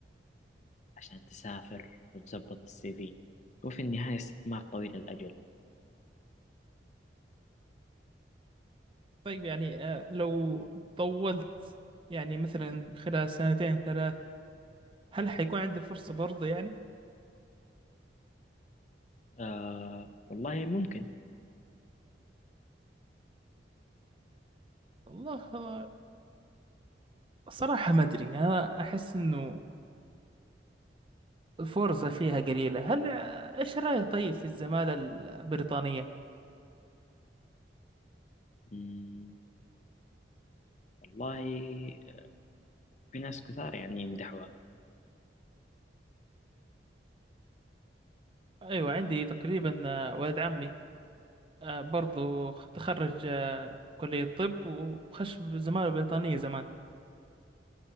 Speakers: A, on the left; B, on the right.
A: عشان تسافر وتظبط السي في وفي النهاية استثمار طويل الأجل
B: طيب يعني آه لو طولت يعني مثلا خلال سنتين ثلاث هل حيكون عندي فرصة برضه يعني
A: آه والله ممكن
B: والله آه، صراحة ما أدري أنا أحس إنه الفرصة فيها قليلة هل آه، إيش رأيك طيب في الزمالة البريطانية
A: مم والله في ناس كثار يعني يمدحوها
B: أيوة عندي تقريبا آه، ولد عمي آه، برضو تخرج آه، كلية طب وخش زمالة بريطانية زمان